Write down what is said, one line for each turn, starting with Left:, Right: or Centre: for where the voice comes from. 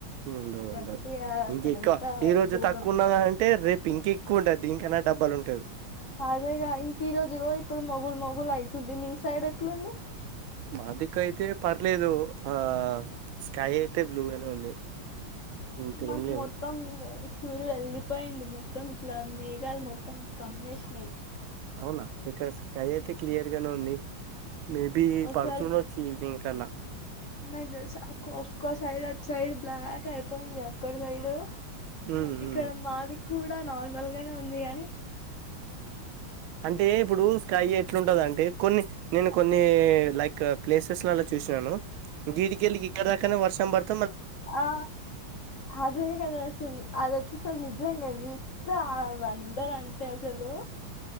Right: ఉండద్ ఉండదు
Left: గట్టిగా అసలు
Right: ఇంకెక్కువ
Left: ఎంత
Right: ఈ రోజు
Left: ఘోరం
Right: తక్కువ ఉన్నదంటే రేపు పింక్ ఎక్కువ ఉంటది దీనికన్న డబ్బల్ ఉంటది
Left: అదేగా ఇంక ఈ రోజు ఇప్పుడు మొగులు మొగులు అవుతుంది మీ సైడ్ ఎట్లుంది
Right: మాదిిక అయితే పర్లేదు ఆ స్కై అయితే బ్లూగానే ఉంది ఇంటే
Left: మాకు
Right: ఏం లేదు
Left: మొత్తం సూర్యుడు వెళ్ళిపోయిండు మొత్తం ఇట్లా మేఘాలు మొత్తం కమ్మేసినయి
Right: అవునా ఇక్కడ స్కై అయితే క్లియర్ గానే ఉంది మేబి
Left: ఒకసారి
Right: పడుతుండచ్చు ఈవినింగ్కి <unintelligible> చల
Left: నాకు తెలు అక్క ఒక్క సైడ్ అది సైడ్ బ్లాక్ అయిపోయింది అక్కడి సైడ్
Right: ఉమ్,
Left: అదిక్కడ
Right: ఉమ్.
Left: మాది కూడా నార్మల్ గానే ఉంది గానీ
Right: అంటే ఇప్పుడు స్కై ఎట్లుంటదంటే అంటే కొన్ని నేను కొన్ని లైక్ ప్లేసెస్లలా చూసినాను గీడికెళ్ళి గిగడ దాకనే వర్షం పడ్
Left: ఆ అదే కద అసల్ అదసల్ నిజంగా ఆ వన్ ఇద్దరు అంటే అసలు